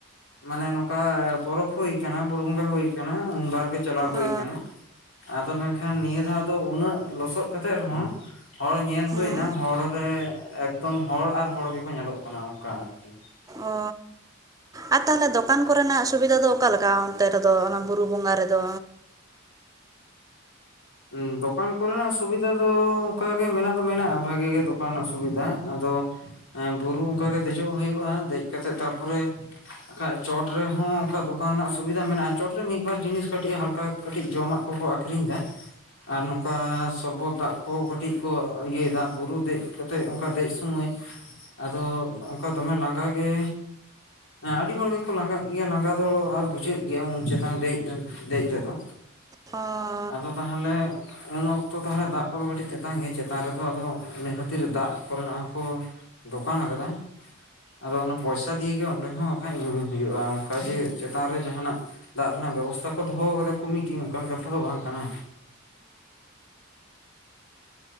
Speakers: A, on the left; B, on the right.
A: ᱢᱟᱱᱮ ᱱᱚᱝᱠᱟ ᱯᱚᱨᱚᱵ ᱦᱩᱭ ᱟᱠᱟᱱᱟ ᱵᱩᱨᱩ ᱵᱚᱸᱜᱟ ᱦᱩᱭ ᱟᱠᱟᱱᱟ ᱩᱱᱵᱟᱨ ᱜᱮ ᱪᱟᱞᱟᱣ ᱦᱩᱭ
B: ᱚ
A: ᱟᱠᱟᱱᱟ ᱟᱫᱚ ᱢᱮᱱᱠᱷᱟᱱ ᱱᱤᱭᱟᱹ ᱫᱷᱟᱣ ᱫᱚ ᱩᱱᱟᱹᱜ ᱞᱚᱥᱚᱫ ᱠᱟᱛᱮᱜ ᱨᱮᱦᱚᱸ ᱦᱚᱲ ᱧᱮᱞ
B: ᱦᱩᱸ
A: ᱦᱩᱭᱱᱟ ᱦᱚᱲ ᱨᱮ ᱮᱠᱫᱚᱢ ᱦᱚᱲ ᱟᱨ ᱦᱚᱲ ᱜᱮᱠᱚ ᱧᱮᱞᱚᱜ ᱠᱟᱱᱟ ᱚᱱᱠᱟ ᱟᱨᱠᱤ
B: ᱚ ᱟᱨ ᱛᱟᱦᱚᱞᱮ ᱫᱚᱠᱟᱱ ᱠᱚᱨᱮᱱᱟᱜ ᱥᱩᱵᱤᱫᱟ ᱫᱚ ᱚᱠᱟᱞᱮᱠᱟ ᱚᱱᱛᱮ ᱨᱮᱫᱚ ᱚᱱᱟ ᱵᱩᱨᱩ ᱵᱚᱸᱜᱟ ᱨᱮᱫᱚ
A: ᱦ ᱫᱚᱠᱟᱱ ᱠᱚᱨᱮᱱᱟᱜ ᱥᱩᱵᱤᱫᱟ ᱫᱚ ᱚᱱᱠᱟᱜᱮ ᱢᱮᱱᱟᱜ ᱫᱚ ᱢᱮᱱᱟᱜ-ᱟ ᱵᱷᱟᱜᱤ ᱜᱮ ᱫᱚᱠᱟᱱ ᱨᱮᱱᱟᱜ ᱥᱩᱵᱤᱫᱷᱟ ᱟᱫᱚ ᱵᱩᱨᱩ ᱚᱱᱠᱟ ᱜᱮ ᱫᱮᱡᱚᱜ ᱦᱩᱭᱩᱜ-ᱟ ᱫᱮᱡ ᱠᱟᱛᱮᱜ ᱛᱟᱨᱯᱚᱨᱮ ᱵᱟᱠᱷᱟᱡ ᱪᱚᱴ ᱨᱮᱦᱚᱸ ᱚᱱᱠᱟ ᱫᱚᱠᱟᱱ ᱨᱮᱱᱟᱜ ᱥᱩᱵᱤᱫᱟ ᱢᱮᱱᱟᱜ-ᱟ ᱪᱚᱴᱨᱮ ᱢᱤᱫ ᱵᱟᱨ ᱡᱤᱱᱤᱥ ᱠᱟᱹᱴᱤᱡ ᱦᱟᱞᱠᱟ ᱠᱟᱹᱴᱤᱡ ᱡᱚᱢᱟᱜ ᱠᱚᱠᱚ ᱟᱠᱷᱨᱤᱧ ᱮᱫᱟ ᱟᱨ ᱱᱚᱝᱠᱟ ᱥᱚᱨᱵᱚᱛ ᱫᱟᱜ ᱠᱚ ᱠᱟᱹᱴᱤᱡ ᱠᱚ ᱤᱭᱟᱹᱭᱮᱫᱟ ᱵᱩᱨᱩ ᱫᱮᱡ ᱠᱟᱛᱮᱫ ᱚᱱᱠᱟ ᱫᱮᱡ ᱥᱚᱢᱚᱭ ᱟᱫᱚ ᱚᱱᱠᱟ ᱫᱚᱢᱮ ᱞᱟᱸᱜᱟᱜᱮ ᱮᱸ ᱟᱹᱰᱤ ᱦᱚᱲ ᱜᱮᱠᱚ ᱞᱟᱸᱜᱟᱜ ᱜᱮᱭᱟ ᱞᱟᱸᱜᱟ ᱫᱚ ᱟᱨ ᱵᱩᱡᱷᱟᱹᱜ ᱜᱮᱭᱟ ᱩᱱ ᱪᱮᱛᱟᱱ ᱫᱮᱡ ᱨᱮᱱᱟᱜ ᱫᱮᱡ ᱨᱮᱫᱚ
B: ᱚ
A: ᱟᱫᱚ ᱛᱟᱦᱚᱞᱮ ᱩᱱ ᱚᱠᱛᱚ ᱛᱟᱦᱚᱞᱮ ᱫᱟᱜ ᱠᱚᱫᱚ ᱠᱟᱹᱴᱤᱡ ᱛᱮᱛᱟᱝ ᱜᱮᱭᱟ ᱪᱮᱛᱟᱱ ᱨᱮᱫᱚ ᱟᱫᱚ ᱤᱱᱟᱹ ᱠᱷᱟᱹᱛᱤᱨ ᱫᱟᱜ ᱠᱚᱨᱮᱱᱟᱜ ᱦᱚᱸ ᱠᱚ ᱫᱚᱠᱟᱱ ᱟᱠᱟᱫᱟ ᱟᱫᱚ ᱚᱱᱟ ᱯᱚᱭᱥᱟ ᱫᱤᱭᱮ ᱜᱮ ᱚᱸᱰᱮ ᱦᱚᱸ ᱵᱟᱠᱷᱟᱡ ᱧᱩᱭ ᱦᱩᱭᱩᱜ-ᱟ ᱚᱱᱠᱟ ᱡᱮ ᱪᱮᱛᱟᱱ ᱨᱮ ᱡᱟᱦᱟᱱᱟᱜ ᱫᱟᱜ ᱨᱮᱱᱟᱜ ᱵᱮᱵᱚᱥᱛᱷᱟ ᱠᱚ ᱫᱚᱦᱚ ᱟᱠᱟᱫᱟ ᱠᱚᱢᱤᱴᱤ ᱚᱱᱠᱟᱱ ᱠᱟᱛᱷᱟ ᱫᱚ ᱵᱟᱝ ᱠᱟᱱᱟ